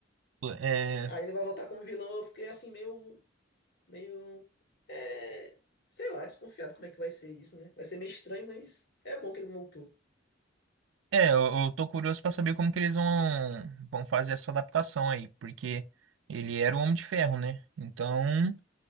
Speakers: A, on the right; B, on the left.
A: É,
B: Aí ele vai voltar como vilão, eu fiquei assim, meio, meio, é, sei lá, desconfiado como é que vai ser isso, né? Vai ser meio estranho, mas é bom que ele voltou.
A: É, eu, eu tô curioso pra saber como que eles vão, vão fazer essa adaptação aí, porque ele era o Homem de Ferro, né? Então,
B: Sim.